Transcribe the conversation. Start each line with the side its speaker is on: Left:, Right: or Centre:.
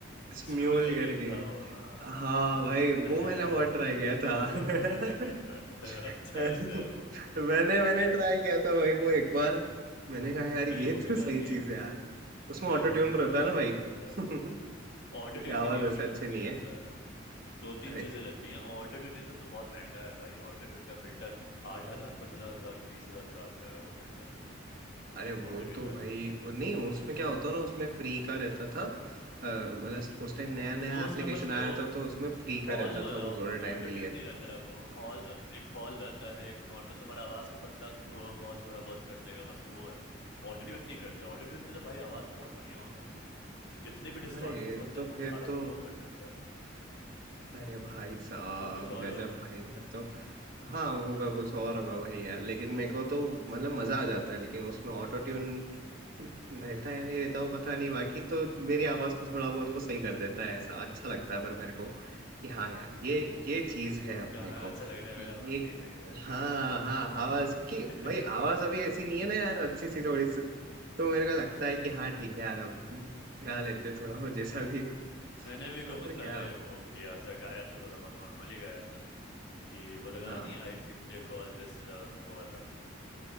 Right: स्म्यूल
Left: स्म्यूल करके
Right: करके
Left: एक था वो हाँ हाँ
Right: हाँ
Left: हाँ
Right: भाई वो
Left: <laughs>
Right: मैंने बहुत ट्राई किया
Left: मैं
Right: था
Left: वो सब
Right: <laughs>
Left: पे मैं नहीं करता <laughs> अच्छा
Right: मैंने
Left: रहता है वो
Right: मैंने ट्राई किया था भाई वो एक बार
Left: हम्म,
Right: मैंने कहा यार ये
Left: मेरी मम्मी
Right: तो
Left: गाती
Right: सही चीज
Left: है
Right: है यार उसमें
Left: मेरी
Right: ऑटो
Left: मम्मी
Right: ट्यून
Left: को
Right: रहता
Left: गा
Right: है
Left: के
Right: ना भाई
Left: अच्छा लगता
Right: <laughs>
Left: है
Right: मेरी
Left: ऑटो ट्यून
Right: आवाज
Left: की नहीं ऑटो
Right: ऐसा
Left: ट्यून
Right: अच्छी
Left: नहीं
Right: नहीं
Left: रहता
Right: है
Left: है दो तीन
Right: अरे
Left: चीजें रहती हैं ऑटो ट्यून ये सब तो बहुत महंगा है भाई ऑटो ट्यून का फिल्टर आठ हजार पंद्रह हजार बीस हजार का आता है वो फिल्टर
Right: अरे वो
Left: ऑटो ट्यून
Right: तो भाई
Left: वाला
Right: नहीं उसमें क्या होता ना उसमें फ्री का रहता था अ, मतलब उस टाइम नया नया
Left: वो
Right: एप्लीकेशन
Left: उसमें बस वो
Right: आया था तो उसमें फ्री
Left: हॉल
Right: का रहता
Left: वाला
Right: था वो थोड़े टाइम
Left: ऑटो
Right: के
Left: ट्यून
Right: लिए
Left: नहीं रहता है वो हॉल एक हॉल रहता है एक नॉर्मल तुम्हारा आवाज को पतला थोड़ा बहुत थोड़ा बहुत कर देगा बस वो है ऑटो ट्यून नहीं करता ऑटो ट्यून में तो भाई आवाज बहुत बढ़िया हो जाता है जितने भी डिस्टॉर्शंस
Right: अरे
Left: होते
Right: तो
Left: हैं वो
Right: फिर
Left: सारों
Right: तो
Left: को वो कर देता है हम्म
Right: अरे भाई साहब
Left: तो कुछ और
Right: गजब
Left: होगा
Right: भाई
Left: तब
Right: फिर
Left: हाँ
Right: तो हाँ होगा कुछ और होगा भाई यार लेकिन मेरे को तो
Left: हम्म,
Right: मतलब मजा आ जाता है लेकिन उसमें ऑटो ट्यून रहता है नहीं रहता वो पता नहीं बाकी तो
Left: हम्म।
Right: मेरी आवाज को थोड़ा बहुत वो सही कर देता है ऐसा अच्छा लगता है फिर मेरे को कि हाँ यार ये ये चीज
Left: <laughs>
Right: है अपने
Left: गाना
Right: को
Left: अच्छा लग रहा है मेरा आवाज
Right: ये
Left: सही लग रहा है
Right: हाँ
Left: ये गाने में
Right: हाँ आवाज की
Left: <laughs>
Right: भाई आवाज अभी ऐसी नहीं है ना यार अच्छी सी थोड़ी सी
Left: हम्म।
Right: तो मेरे को लगता है कि हाँ ठीक है यार अब गा लेते थोड़ा बहुत जैसा भी है
Left: मैंने भी कुछ
Right: तो और
Left: दिन पहले
Right: क्या
Left: वो किया था गाया था थोड़ा बहुत नॉर्मली गाया था कि वो लगाया
Right: हाँ
Left: नहीं I think they call this love वो वाला